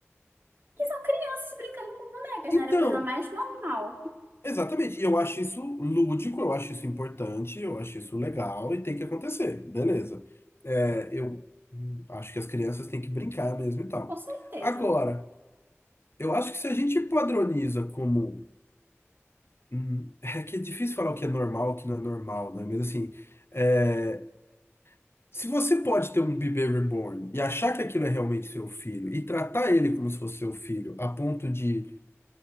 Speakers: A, on the right; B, on the left.
A: Que são crianças brincando com bonecas,
B: Então,
A: né? Era a coisa mais normal.
B: Exatamente, e eu acho isso lúdico, eu acho isso importante, eu acho isso legal e tem que acontecer, beleza. É, eu hum, acho que as crianças têm que brincar mesmo e tal.
A: Com certeza.
B: Agora, eu acho que se a gente padroniza como. hum, <laughs> é que é difícil falar o que é normal, o que não é normal, né? Mas assim, é, se você pode ter um bebê reborn e achar que aquilo é realmente seu filho e tratar ele como se fosse seu filho, a ponto de